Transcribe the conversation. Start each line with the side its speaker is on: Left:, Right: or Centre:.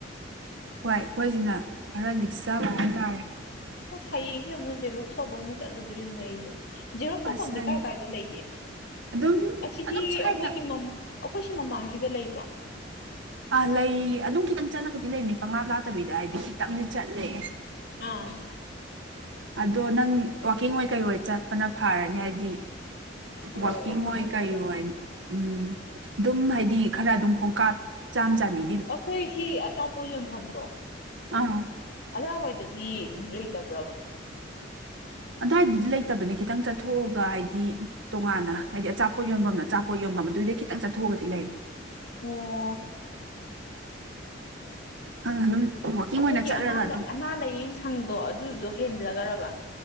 Right: ꯍꯣꯏ ꯑꯈꯣꯏꯁꯤꯅ ꯈꯔ ꯂꯤꯛꯆꯕ ꯍꯥꯏꯇꯥꯔꯦ
Left: ꯑꯁ ꯍꯥꯌꯦꯡ ꯁꯦ ꯑꯃꯨꯛ ꯖꯦꯔꯣꯛꯁ ꯇꯧꯕ ꯑꯃꯨꯛ ꯆꯠꯂꯨꯗꯨꯔꯤꯝꯅꯦ ꯑꯩꯁꯦ ꯖꯦꯔꯣꯁ ꯇꯧꯐꯝꯁꯦ
Right: ꯑꯁ
Left: ꯀꯥꯏ
Right: ꯅꯪ
Left: ꯀꯥꯏꯗ ꯂꯩꯒꯦ
Right: ꯑꯗꯨꯝ
Left: ꯑꯁꯤꯗꯤ
Right: ꯑꯗꯨꯝ ꯁ꯭ꯋꯥꯏꯗ
Left: ꯑꯈꯣꯏꯒꯤ ꯃꯝ ꯑꯈꯣꯏ ꯁꯤ ꯃꯃꯥꯡꯁꯤꯗ ꯂꯩꯕ꯭ꯔꯣ
Right: ꯑꯥ ꯂꯩ ꯑꯗꯨꯝ ꯈꯤꯇꯪ ꯆꯠꯂꯒꯗꯤ ꯂꯩꯝꯅꯤ ꯄꯪꯂꯥꯞ ꯂꯥꯞꯇꯕꯤꯗ ꯍꯥꯏꯗꯤ ꯈꯤꯇꯪꯗꯤ ꯆꯠꯂꯦ
Left: ꯎꯝ
Right: ꯑꯗꯣ ꯅꯪ ꯋꯥꯛꯀꯤꯡ ꯑꯣꯏ ꯀꯩ ꯑꯣꯏ ꯆꯠꯄꯅ ꯐꯔꯅꯤ ꯍꯥꯏꯗꯤ
Left: ꯍꯣꯏ
Right: ꯋꯥꯀꯤꯡ
Left: ꯑꯗꯨꯅ
Right: ꯑꯣꯏ ꯀꯔꯤ
Left: ꯐꯗꯧ
Right: ꯑꯣꯏ
Left: ꯃꯥꯜꯂꯦ
Right: ꯎꯝ ꯑꯗꯨꯝ ꯍꯥꯏꯗꯤ ꯈꯔ ꯑꯗꯨꯝ ꯈꯣꯡꯀꯥꯞ ꯆꯥꯝ ꯆꯥꯅꯤ
Left: ꯑꯩꯈꯣꯏ ꯁꯤ ꯑꯆꯥꯄꯣꯠ ꯌꯣꯟꯐꯝꯗꯣ
Right: ꯑꯥ
Left: ꯑꯗꯥꯏ ꯋꯥꯏꯗꯗꯤ ꯂꯩꯇꯕ꯭ꯔꯕ
Right: ꯑꯗ꯭ꯋꯥꯏꯗꯗꯤ ꯂꯩꯇꯕꯅꯦ ꯈꯤꯇꯪ ꯆꯠꯊꯣꯛꯑꯒ ꯍꯥꯏꯗꯤ ꯇꯣꯉꯥꯟꯅ ꯍꯥꯏꯗꯤ ꯑꯆꯥꯥꯛꯄꯣꯠ ꯌꯣꯟꯕꯝꯅ ꯑꯆꯥꯥꯛꯄꯣꯠ ꯌꯣꯟꯕꯝ ꯑꯗꯨꯗꯩ ꯈꯤꯇꯪ ꯆꯠꯊꯣꯛꯑꯒꯗꯤ ꯂꯩꯕ
Left: ꯑꯣ
Right: ꯑ ꯑꯗꯨꯝ ꯋꯥꯛꯀꯤꯡ
Left: ꯑꯈꯣꯏꯒꯤ
Right: ꯑꯣꯏꯅ ꯆꯠꯂꯒ
Left: ꯑꯅꯥ ꯂꯥ
Right: ꯑꯗꯨꯝ
Left: ꯑꯅꯥ ꯂꯥꯏꯌꯦꯡ ꯁꯪꯗꯣ ꯑꯗꯨꯗꯣ ꯍꯦꯟꯂꯒꯔꯕ